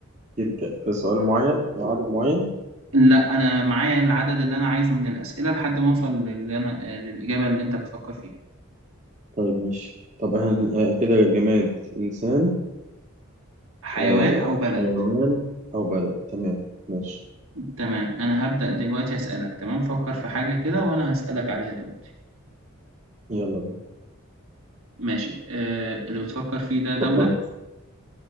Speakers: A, on the right (about 35°); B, on the right (about 70°).
A: كده ك- كسؤال معين عدد معين
B: لا انا معايا العدد اللي انا عايزه من الاسئله لحد ما اوصل للي انا للاجابه اللي انت بتفكر فيها
A: طيب ماشي طب هن... آه كده جماد انسان
B: حيوان
A: آه
B: او بلد
A: حيوان او بلد تمام ماشي
B: تمام انا هبدا دلوقتي اسالك تمام فكر في حاجه كده وانا هسالك عليها دلوقتي
A: يلا بينا
B: ماشي آه اللي بتفكر فيه ده دوله
A: فكرت